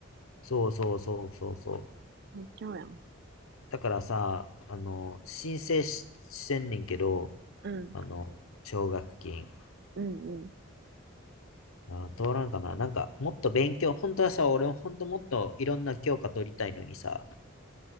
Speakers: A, on the left (about 75°); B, on the right (about 50°).
A: そうそうそうそうそう。
B: 最強やん。
A: だからさ、あの、申請し、してんねんけど、
B: うん、
A: あの、奨学金。
B: うん、うん。
A: あー、通らんかな。なんか、もっと勉強、本当はさ、俺本当もっといろんな教科取りたいのにさ、